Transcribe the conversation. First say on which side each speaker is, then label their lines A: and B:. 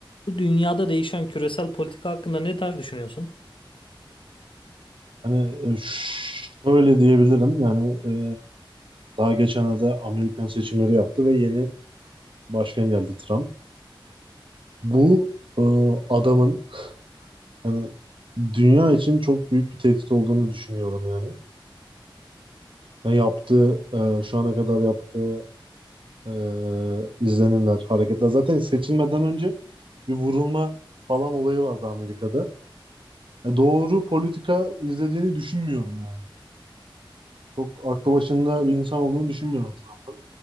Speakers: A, on the left; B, on the right.
A: Bu dünyada değişen küresel politika hakkında ne der düşünüyorsun?
B: Hani e, şöyle diyebilirim yani e, daha geçenlerde Amerikan seçimleri yaptı ve yeni başkan geldi Trump. Bu e, adamın hani dünya için çok büyük bir tehdit olduğunu düşünüyorum yani. Yani yaptığı e, şu ana kadar yaptığı e, izlenimler, hareketler zaten seçilmeden önce bir vurulma falan olayı vardı Amerika'da. E, doğru politika izlediğini düşünmüyorum yani. Çok aklı başında bir insan olduğunu düşünmüyorum Trump'ın.